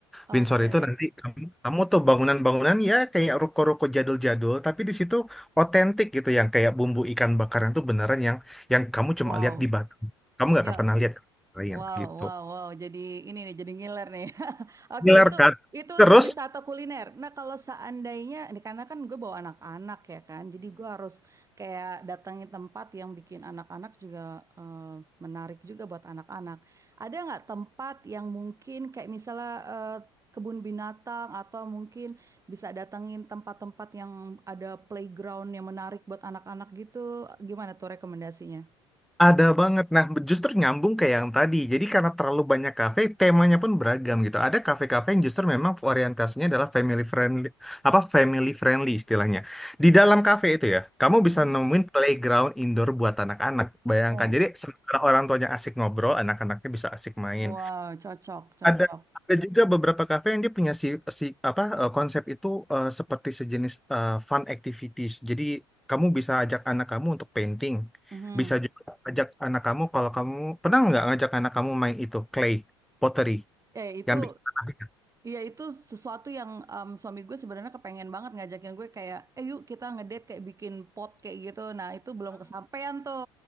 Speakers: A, on the right; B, in the centre.
A: Oke,
B: Windsor itu nanti kamu, kamu tuh bangunan-bangunan ya kayak ruko-ruko jadul-jadul, tapi di situ otentik gitu yang kayak bumbu ikan bakaran tuh beneran yang yang kamu
A: Wow,
B: cuma lihat di Batam. Kamu nggak
A: ya.
B: akan pernah lihat lain
A: Wow,
B: gitu.
A: wow, wow. Jadi ini nih, jadi ngiler nih. <laughs> Oke,
B: Ngiler
A: itu
B: kan?
A: itu
B: Terus,
A: untuk wisata kuliner. Nah, kalau seandainya, ini karena kan gue bawa anak-anak ya kan, jadi gue harus kayak datangi tempat yang bikin anak-anak juga eh, menarik juga buat anak-anak. Ada nggak tempat yang mungkin kayak misalnya eh, kebun binatang atau mungkin bisa datangin tempat-tempat yang ada playground yang menarik buat anak-anak gitu? Gimana tuh rekomendasinya?
B: Ada banget. Nah, justru nyambung ke yang tadi. Jadi karena terlalu banyak kafe, temanya pun beragam gitu. Ada kafe-kafe yang justru memang orientasinya adalah family friendly, apa family friendly istilahnya. Di dalam kafe itu ya, kamu bisa
A: Hmm.
B: nemuin playground indoor buat anak-anak. Bayangkan.
A: Oh,
B: Jadi sementara orang tuanya asik ngobrol, anak-anaknya bisa asik main.
A: wow, cocok, cocok.
B: Ada ada juga beberapa kafe yang dia punya si si apa eh, konsep itu eh, seperti sejenis eh, fun activities. Jadi kamu bisa ajak anak kamu untuk painting,
A: Mhm.
B: bisa juga ajak anak kamu kalau kamu pernah nggak ngajak anak kamu main itu clay pottery
A: Eh itu
B: yang bikin tanah?
A: ya itu sesuatu yang em, suami gue sebenarnya kepengen banget ngajakin gue kayak eh yuk kita ngedate kayak bikin pot kayak gitu. Nah, itu belum kesampaian tuh.